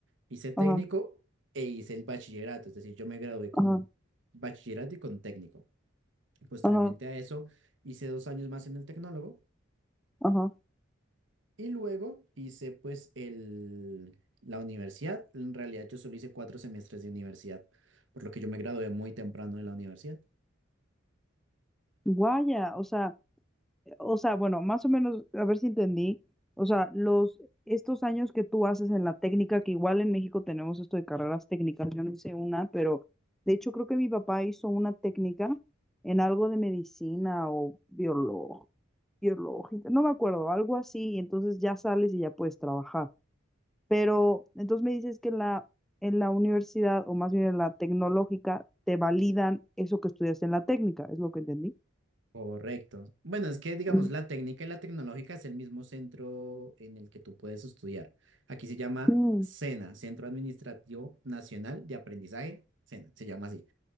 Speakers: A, on the right; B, in the centre.
A: hice técnico
B: Ajá,
A: e hice el bachillerato. Es decir, yo me gradué con
B: ajá,
A: bachillerato y con técnico. Posteriormente
B: ajá,
A: a eso, hice dos años más en el tecnólogo
B: ajá.
A: y luego hice pues el, la universidad. En realidad yo solo hice cuatro semestres de universidad, por lo que yo me gradué muy temprano de la universidad.
B: Guaya, o sea, o sea, bueno, más o menos, a ver si entendí. O sea, los, estos años que tú haces en la técnica, que igual en México tenemos esto de carreras técnicas, yo no hice una, pero de hecho creo que mi papá hizo una técnica en algo de medicina o biolo- biológica, no me acuerdo, algo así, y entonces ya sales y ya puedes trabajar. Pero entonces me dices que en la, en la universidad, o más bien en la tecnológica, te validan eso que estudiaste en la técnica, es lo que entendí.
A: Correcto. Bueno, es que digamos
B: Ujú,
A: la técnica y la tecnológica es el mismo centro en el que tú puedes estudiar. Aquí se llama
B: mm,
A: SENA, Centro Administrativo Nacional de Aprendizaje, SENA, se llama así.